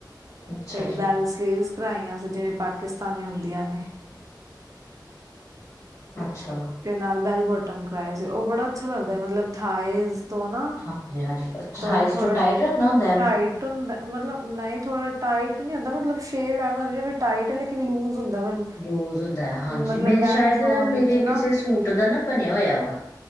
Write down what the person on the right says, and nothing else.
ਤੇ
ਬੈਲਟ ਸਲੀਵਸ ਕਰਾਈਆਂ ਸੀ ਜਿਵੇਂ ਪਾਕਿਸਤਾਨੀ ਹੁੰਦੀਆਂ ਨੇ।
ਤੇ ਨਾਲ ਬੈਲ ਬੋਟਮ ਕਰਵਾਆ ਸੀ ਉਹ ਬੜਾ ਅੱਛਾ ਲੱਗਦਾ ਹੈ। ਮਤਲਬ ਥਏਜ਼ ਤੋ ਨਾ
ਤ ਥੋੜਾ
ਟਾਈਟ ਹੁੰਦਾ ਮਤਲਬ ਨਹੀਂ ਥੋੜਾ ਟਾਈਟ ਨੀ ਹੁੰਦਾ ਮਤਲਬ ਸ਼ੇਵ ਹੈ ਮਤਬ ਟਾਈਟ ਹੈ। ਲੇਿਨ ਲੂਜ਼। ਹੁੰਦਾ ਪਰ
ਮਤਲਬ
ਬੈਂਡ
ਫਲੋਨ
ਵਿੱਚ ਨਾ